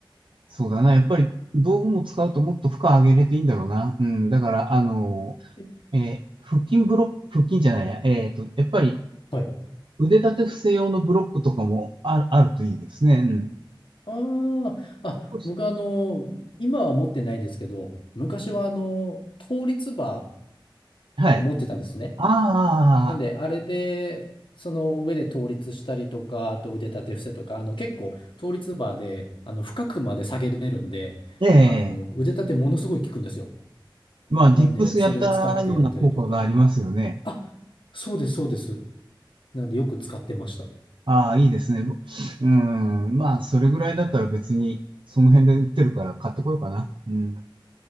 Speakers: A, on the right (about 70°); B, on the left (about 75°).
A: そうだな。やっぱり道具も使うともっと負荷上げれていいんだろうな。
B: え
A: うん。だから、あの
B: え
A: ー、えー腹筋ブロック、腹筋じゃないや。えっと、やっぱり
B: はい。
A: 腕立て伏せ用のブロックとかもある、あるといいですね。うん。
B: ああ、あ、
A: 少し
B: 僕あの、今は持ってないんですけど、昔はあの、倒立バ
A: はい。
B: ーを持ってたんですね。
A: あ
B: なんで、あれで、その上で倒立したりとか、あと腕立て伏せとか、あの結構倒立バーで、あの深くまで下げれるんで、
A: あ、
B: あの腕立てものすごい効くんですよ。
A: ええまあ、
B: なんで、
A: ディップスやったような効果がありますよね。
B: それ使ってやったりとか。あ、そうです、そうです。なんでよく使ってました。
A: ああ、いいですね。うん。まあ、それぐらいだったら別に、その辺で売ってるから買ってこようかな。うん。